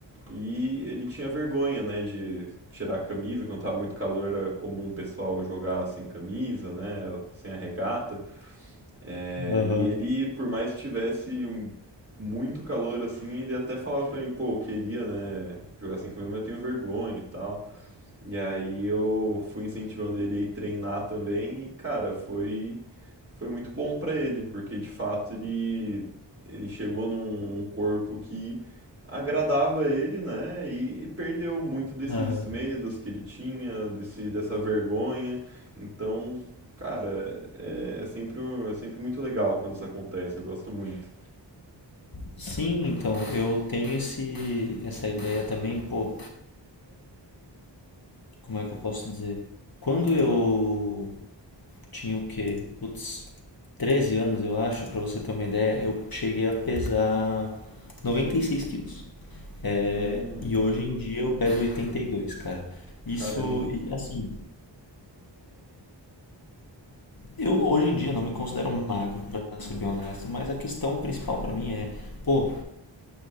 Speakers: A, on the right (about 30°); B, on the left (about 50°).
A: e ele tinha vergonha, né, de tirar a camisa, quando tava muito calor era comum o pessoal jogar sem camisa, né, sem a regata, É,
B: Aham,
A: e ele, por mais que tivesse um- muito calor assim, ele até falava pra mim, pô, eu queria, né, jogar sem camisa, mas eu tenho vergonha e tal. E aí eu fui incentivando ele a ir treinar também e, cara, foi, foi muito bom pra ele, porque de fato ele, ele chegou num, num corpo que agradava ele, né? E, e perdeu muito desses
B: aham.
A: medos que ele tinha, desse, dessa vergonha. Então, cara, é, é sempre, um- é sempre muito legal quando isso acontece, eu gosto muito.
B: Sim, então, eu tenho esse, essa ideia também, pô, como é que eu posso dizer? Quando eu tinha o quê? Putz, 13 anos, eu acho, pra você ter uma ideia, eu cheguei a pesar 96 quilos. É,
A: Hum,
B: e hoje em dia eu peso oitenta e dois cara. Isso,
A: caramba.
B: e, assim, Eu hoje em dia não me considero magro, pra ser bem honesto, mas a questão principal pra mim é, pô,